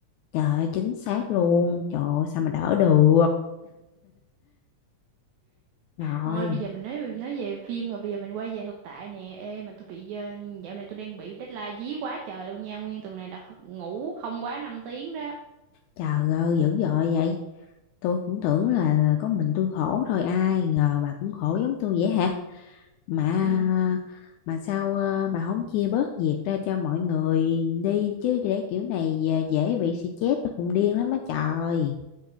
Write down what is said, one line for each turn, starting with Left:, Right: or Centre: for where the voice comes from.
Left: Trời ơi, chính xác luôn. Trời ơi, sao mà đỡ được. Rồi.
Right: Thôi bây giờ mình nói nói về phim rồi bây giờ mình quay về thực tại nè. Ê mà tôi bị ờ, dạo này tôi đang bị deadline dí quá trời luôn nha. Nguyên tuần này là h- ngủ không quá 5 tiếng đó.
Left: Trời ơi, dữ dội vậy. Tôi cũng tưởng là có mình tôi khổ thôi ai ngờ bà cũng khổ giống tôi vậy hả? Mà
Right: Ừ.
Left: mà sao ờ, bà không chia bớt việc ra cho mọi người đi chứ để kiểu này dễ dễ bị stress tôi khùng điên lắm á trời.